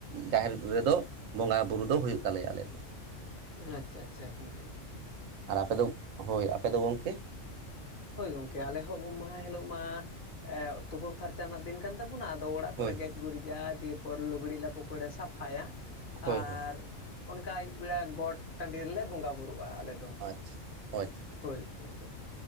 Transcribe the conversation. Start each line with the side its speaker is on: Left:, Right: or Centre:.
Right: ᱡᱟᱦᱮᱨ ᱨᱮᱫᱚ ᱵᱚᱸᱜᱟ ᱵᱩᱨᱩ ᱫᱚ ᱦᱩᱭᱩᱜ ᱛᱟᱞᱮᱭᱟ ᱟᱞᱮ ᱫᱚ᱾
Left: ᱟᱪᱪᱷᱟ ᱟᱪᱪᱷᱟ ᱜᱚᱝᱠᱮ᱾
Right: ᱟᱨ ᱟᱯᱮ ᱫᱚ ᱦᱳᱭ ᱟᱯᱮ ᱫᱚ ᱜᱚᱢᱠᱮ?
Left: ᱦᱳᱭ ᱜᱚᱝᱠᱮ ᱟᱞᱮᱦᱚᱸ ᱩᱢ ᱢᱟᱦᱟ ᱦᱤᱞᱳᱜ ᱢᱟ ᱛᱩᱯᱳ ᱯᱷᱟᱨ ᱪᱟᱜ ᱫᱤᱱ ᱠᱟᱱ ᱛᱟᱵᱚᱱᱟ ᱟᱫᱚ ᱚᱲᱟᱜ
Right: ᱦᱳᱭ
Left: ᱠᱚᱨᱮ
Right: ᱦᱳᱭ
Left: ᱜᱮᱡ ᱜᱩᱨᱤᱡᱟ ᱫᱤᱭᱮ ᱯᱚᱨ ᱞᱩᱜᱽᱲᱤᱡ ᱞᱟᱯᱚ ᱠᱚᱨᱮ ᱥᱟᱯᱷᱟᱭᱟ᱾
Right: ᱦᱳᱭ
Left: ᱟᱨ
Right: ᱦᱳᱭ
Left: ᱚᱱᱠᱟ ᱟᱹᱭᱩᱵ ᱵᱮᱲᱟ ᱜᱚᱴ ᱴᱟᱺᱰᱤ ᱨᱮᱞᱮ ᱵᱚᱸᱜᱟ ᱵᱩᱨᱩᱜᱼᱟ ᱟᱞᱮ ᱫᱚ᱾
Right: ᱟᱪᱪᱷᱟ ᱦᱳᱭ ᱟᱪᱪᱷᱟ᱾
Left: ᱦᱳᱭ ᱜᱚᱢᱠᱮ